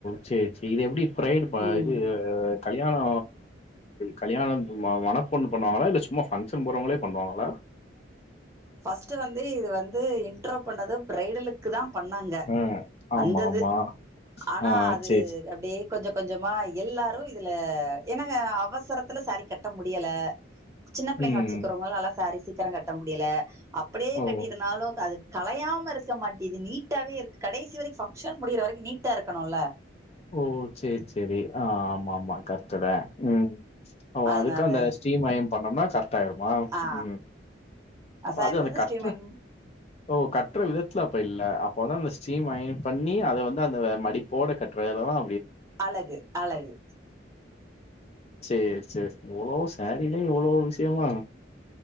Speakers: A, on the left (about 35°); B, on the right (about 15°).
A: செரி செரி இது எப்டி ப்ரைடு பா
B: ம்
A: இது...... கல்யாணோ கல்யாணம் ம மன பொண்ணூ பண்ணுவாங்களா இல்லை சும்மா பங்க்ஷன் போறவங்களே பண்ணுவாங்களா
B: பஸ்ட்டு வந்து இது வந்து இன்ட்ரோ பண்ணது பிரைடலுக்கு தான் பண்ணாங்க
A: ஆ.
B: வந்தது
A: ஆமா, ஆமா.
B: ஆனா
A: ஆ
B: அது
A: சரி, சரி.
B: அப்படியே கொஉஞ்சம் கொஞ்சமா எல்லாரும் இதுல எனக்கு அவசரத்துல சாரி கட்ட முடியல சின்ஆடயேடன பிள்ளைங்க
A: ம்.
B: வச்சுக்கவங்களல்லாம் சாரீஸ் சீக்கிரம் கட்ட முடியல அப்டியே
A: ஓ!
B: கட்டிருந்தாலும் கதுக் கலையாம இருக்க மாட்டி இது நீட்டாவே இருக்கு கடைசி வரைக்கும் பங்க்ஷன் முடிற வரைக்கும் நீட்டா இருக்கணும்ல
A: ஓ சேர் செரி ஆஹ் ஆமா ஆமா கத்தட உம் ஓ
B: அதனால
A: அதுக்கு அந்த ஸ்ரீமயம் பண்ணம்னா பத்தாயிரமா
B: ஆ
A: ம்ம்
B: சாரி
A: அது அந்த
B: வந்து
A: கட்டர
B: ஸ்ரீமன்
A: ஓ கட்டர விதத்துல அப்ப இல்ல அப்போ வந்து அந்த ஸ்டீம் அயன் பண்ணி அத வந்து அந்த மடிப்போட கட்டுறதுல தான்
B: அழகு அழகு
A: சேர் செரி இவளோ சேரி ல இவலோ சியமா